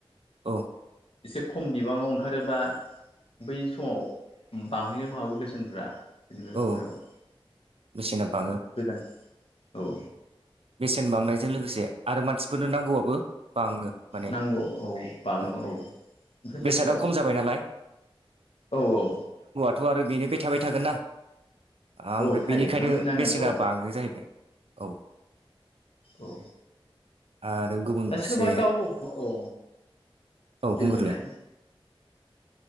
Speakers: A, on the right; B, on the left.
A: औ
B: एसे खम बिबाङाव ओंखारोबा बै समाव बांहैनोबो हागौ बेसेनफ्रा <unintelligible>
A: औ बेसेना बाङो
B: गोदान औ
A: बेसेन बांनायजों लोगोसे आरो मानसिफोरनो नांगौआबो बाङो माने
B: नांगौ औ बाङो
A: ओ
B: औ बेफोरबायदियाव
A: बेसादा खम जाबाय नालाय
B: औ औ
A: थ' आरो बेनो बे थाबाय थागोन ना ओमफ्राय
B: औ थायो
A: बेनिखायनो
B: मानसि नांनायाथ'
A: बेसेना बाङो जाहैबाय औ
B: औ
A: आरो गुबुन
B: दा
A: फारसे
B: सोरबा गाव गाव औ
A: औ बुंग्रोलाय
B: दे बुंलाय